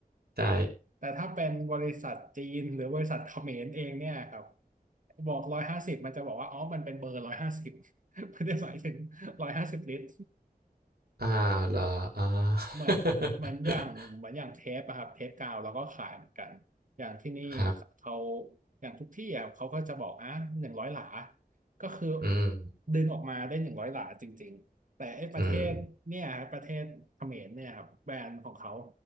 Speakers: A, on the right; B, on the right.
A: ใช่
B: แต่ถ้าเป็นบริษัทจีนหรือบริษัทเขมรเองเนี่ยครับบอกร้อยห้าสิบมันจะบอกว่าอ๋อมันเป็นเบอร์ร้อยห้าสิบ <laughs> ไม่ได้หมายถึงร้อยห้าสิบลิตร
A: อ่าละอ่า
B: เหมือนเหมือนอย่างเหมือนอย่างเทปอะครับเทปกาวเราก็ขายเหมือนกันอย่างที่นี่
A: <laughs> ครับ
B: เขาอย่างทุกที่อะเขาก็จะบอกอ่ะหนึ่งร้อยหลาก็คือ
A: อืม
B: ดึงออกมาได้หนึ่งร้อยหลาจริงๆแต่ไอ้ประเทศเนี่ยครับประเทศเขมรเนี่ยครับแบรนด์ของเขา
A: อืม